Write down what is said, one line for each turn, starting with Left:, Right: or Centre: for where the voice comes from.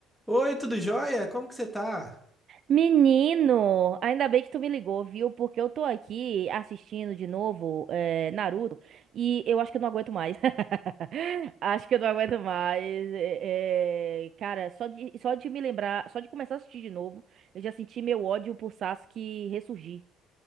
Centre: Oi, tudo jóia? Como que você tá?
Right: Menino, ainda bem que tu me ligou, viu? Porque eu tô aqui assistindo de novo eh, Naruto e eu acho que eu não aguento mais. <laughs> Acho que eu não aguento mais. Eh, eh, cara, só de, só de me lembrar, só de começar a assistir de novo, eu já senti meu ódio por Sasuke ressurgir.